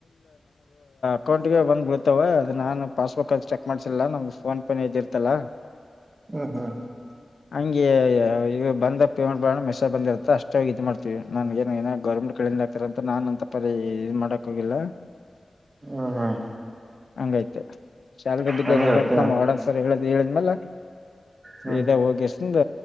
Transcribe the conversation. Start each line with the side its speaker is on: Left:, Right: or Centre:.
Left: ಅಕೌಂಟ್ ಗೆ ಬಂದ್ ಬಿೀಳ್ತಾವ ಅದು ನಾನು ಪಾಸ್ಬುಕ್ ಅದು ಚೆಕ್ ಮಾಡ್ಸಿಲ್ಲ ನಮ್ಗೆ ಫೋನ್ ಪೇ ಇದ ಇರ್ತಲ್ಲಾ
Right: ಹ್ಮ್ ಹ್ಮ್
Left: ಹಂಗೆ ಬಂದ ಪೇಮೆಂಟ್ ಬೋಣ ಮೆಸೇಜ ಬಂದಿರುತ್ತ ಅಷ್ಟಾಗಿ ಇದು ಮಾಡ್ತೀವಿ ನನ್ ಏ ಏೋ ಗೌರ್ಮಂಟ್ ಕಿಂದ ಹಾತ ಅಂತ ನಾನು ಅಂತ ಪರಿ ಇ ಮಾಡಕ್ ಹೋಗಿಲ್ಲ
Right: ಹ್ಮ ಹ್ಮ್
Left: ಹಂಗಾಯ್ತು ಶಾಲರಿ ಬಿದ್ದ
Right: ಹಂಗತ್ತ
Left: ನೋಡಂತ ನಮ್ಮ ಒಡನ್ಸರ್ ಹೇಳುದು ಹೇಳಿದ್ಮಲ್ಲ
Right: ಹ್ಮ್
Left: ಇದ ಹೋಗಸಂದ